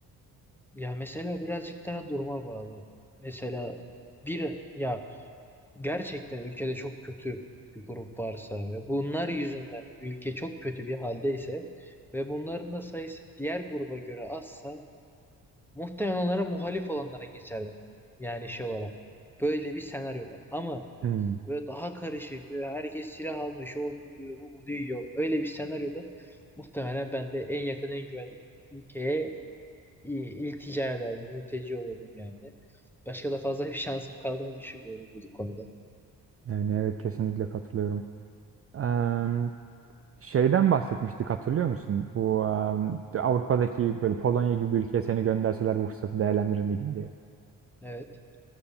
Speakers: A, in the centre; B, on the right.
A: Ya mesela birazcık daha duruma bağlı. Mesela bir ya gerçekten ülkede çok kötü bir grup varsa ve bunlar yüzünden ülke çok kötü bir haldeyse ve bunların da sayısı diğer gruba göre azsa Muhtemelen onlara muhalif olanlara geçerdim. Yani şey olarak. Böyle bir senaryoda. Ama
B: Hmm.
A: böyle daha karışık. Böyle herkes silah almış. O onu vuruyor. Bu bunu yiyor. Öyle bir senaryoda muhtemelen ben de en yakın en güvenli ülkeye i- iltica ederdim. Mülteci olurdum yani. Başka da fazla bir <laughs> şansım kaldığını düşünmüyorum bu konuda.
B: Yani evet kesinlikle katılıyorum. Em, şeyden bahsetmiştik hatırlıyor musun? Bu em, Avrupa'daki böyle Polonya gibi bir ülkeye seni gönderseler bu fırsatı değerlendirir miydin diye.
A: Evet.